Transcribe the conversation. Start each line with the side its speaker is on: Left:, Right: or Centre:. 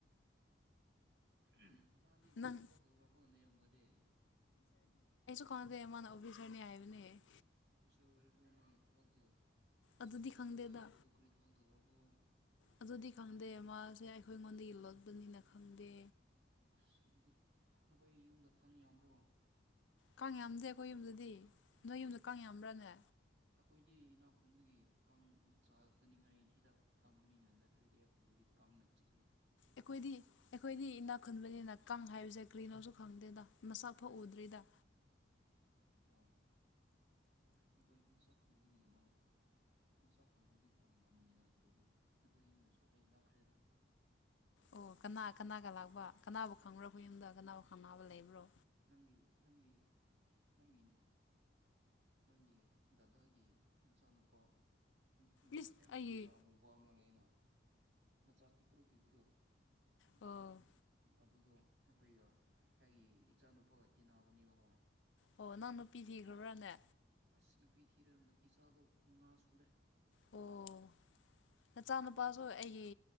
Right: ꯎꯝ ꯃꯥꯗꯤ ꯀꯔꯤ
Left: ꯅꯪ
Right: ꯊꯄ ꯊꯧꯔꯕꯣ ꯅꯔꯝꯕꯗꯤ
Left: ꯈꯗꯤ ꯏꯅ ꯑꯣꯐꯁ꯭ꯔꯅꯤ ꯍꯥꯏꯕꯅꯦ
Right: ꯑꯣꯐꯤꯁꯥꯔ ꯑꯣꯏꯔꯁꯨ ꯑꯗꯨ ꯃꯥꯒꯤ ꯊꯕꯛꯇꯣ ꯑꯁꯤ
Left: ꯑꯗꯨꯗꯤ
Right: ꯊꯕꯛ
Left: ꯈꯪꯗꯦꯗ
Right: ꯇꯧꯋꯦ ꯍꯥꯏꯕꯗꯨ ꯀꯔꯤ ꯊꯕꯛ ꯇꯧꯔꯕꯣ
Left: ꯑꯗꯨꯗꯤ ꯈꯪꯗꯦ ꯃꯥꯁꯦ ꯑꯩꯈꯣꯏ ꯑꯩꯉꯣꯟꯗ ꯏꯜꯂꯄꯅꯤꯅ ꯈꯪꯗꯦ
Right: ꯑꯁ ꯑꯗꯨꯗꯤ ꯅꯈꯣꯏ ꯌꯨꯝꯗ ꯈꯪ ꯌꯥꯝ꯭ꯔꯣ
Left: ꯀꯥꯡ ꯌꯥꯝꯗꯦ ꯑꯩꯈꯣꯏ ꯌꯨꯝꯗꯗꯤ ꯅꯣꯏ ꯌꯨꯝꯗ ꯀꯥꯡ ꯌꯥꯝꯕ꯭ꯔꯥꯅꯦ
Right: ꯑꯩꯈꯣꯏꯗꯤ ꯏꯅꯥ ꯈꯨꯨꯟꯕꯒꯤ ꯀꯥꯡ ꯆꯥꯇꯅꯤꯉꯥꯏ ꯍꯤꯗꯥꯛ ꯊꯝꯕꯅꯤꯅ ꯅꯠꯇ꯭ꯔꯗꯤ ꯑꯩꯈꯣꯏꯕꯨꯗꯤ ꯀꯪꯅꯆꯤ
Left: ꯑꯩꯈꯣꯏꯗꯤ ꯑꯩꯈꯣꯏꯗꯤ ꯏꯅꯥꯛ ꯈꯨꯟꯕꯅꯤꯅ ꯀꯥꯡ ꯍꯥꯏꯕꯁꯦ ꯀ꯭ꯔꯤꯅꯁꯨ ꯈꯪꯗꯦꯗ ꯃꯁꯛꯐ ꯎꯗ꯭ꯔꯤꯗ
Right: ꯑꯣ ꯅꯈꯣꯏ ꯃꯁꯛ ꯈꯪꯗꯕꯒꯤ ꯃꯥꯂꯦ ꯃꯁꯥ ꯐꯪꯕꯗꯤ ꯌꯥꯝꯕꯗꯗꯗꯤ ꯅꯈꯣꯏ ꯌꯨꯝꯗꯁꯨ ꯑꯩ ꯂꯥꯛꯈ꯭ꯔꯦ
Left: ꯑꯣ ꯀꯅꯥ ꯀꯅꯥꯒ ꯂꯥꯛꯕ ꯀꯅꯥꯕꯨ ꯈꯪꯅꯔꯕ ꯌꯨꯝꯗ ꯀꯅꯥꯕꯨ ꯈꯪꯅꯕ ꯂꯩꯕ꯭ꯔꯣ
Right: ꯅꯪ ꯅꯪ ꯅꯪꯪ ꯅꯪꯒꯤ ꯗꯗꯥꯒꯤ ꯃꯆꯥꯅꯨꯄꯥ ꯃꯆꯥꯛ
Left: ꯏꯁ
Right: ꯌꯥꯝ
Left: ꯑꯩꯒꯤ
Right: ꯊꯤꯔꯒ ꯑꯃꯨꯕ ꯑꯃ ꯂꯩ ꯑꯅ ꯃꯆꯥ ꯄꯤꯛꯇ꯭ꯔꯨ ꯄꯤꯕꯗꯣ
Left: ꯑꯣ
Right: ꯑꯗꯨꯗꯣ ꯑꯩꯈꯣꯏꯒ ꯑꯩꯒꯤ ꯏꯆꯥꯅꯨꯄꯥꯒ ꯇꯤꯟꯅꯕꯅꯦꯕꯀꯣ
Left: ꯑꯣ ꯅꯪ ꯅꯨꯄꯤ ꯊꯤꯈ꯭ꯔ꯭ꯔꯅꯦ
Right: ꯑꯁ ꯅꯨꯄꯤ ꯊꯤꯔꯦ ꯏꯆꯥꯗꯣ ꯃꯉꯥ ꯁꯨꯔꯦ
Left: ꯑꯣ ꯅꯆꯥꯅꯨꯄꯥꯁꯨ ꯑꯩꯒꯤ